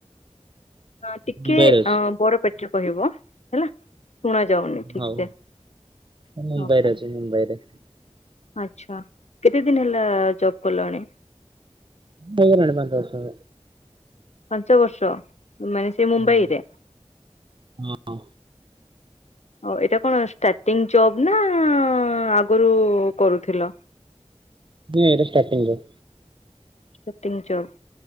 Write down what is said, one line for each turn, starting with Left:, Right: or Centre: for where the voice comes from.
Left: ହଁ ଟିକେ
Right: ମୁମ୍ବାଇରେ ଅଛି
Left: ଅ ବଡପାଟିରେ କହିବ ହେଲା। ଶୁଣା ଯାାଉନି ଠିକ୍
Right: ହଉ
Left: ସେ।
Right: ମୁଁ ମୁମ୍ବାଇରେ
Left: ଓକେ।
Right: ଅଛି ମୁମ୍ବାଇରେ।
Left: ଆଚ୍ଛା, କେତେ ଦିନ ହେଲା ଜବ୍ କଲଣି?
Right: ହେଇଗଲାଣି ପାଞ୍ଚ ବର୍ଷ।
Left: ପାଞ୍ଚ ବର୍ଷ, ମାନେ ସେ ମୁମ୍ବାଇରେ?
Right: ହୁଁ, ହଁ
Left: ଓ ଏଇଟା କଣ ଷ୍ଟାର୍ଟିଂ ଜବ ନା ଆଗରୁ କରୁଥିଲ?
Right: <unintelligible> Starting job.
Left: <unintelligible>